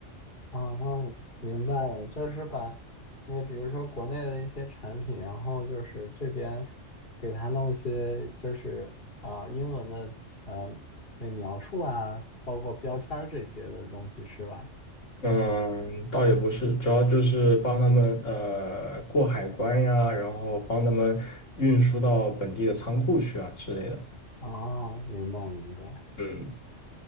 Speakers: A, on the left (about 50°); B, on the left (about 85°).
A: 啊哦，明白了，就是把那比如说国内的一些产品，然后就是这边给它弄一些就是啊、呃英文的呃那描述啊，包括标签儿这些的东西是吧？
B: 嗯，倒也不是，主要就是帮他们呃过海关呀，然后帮他们运输到本地的仓库去啊之类的。
A: 哦，明白明白，
B: 嗯。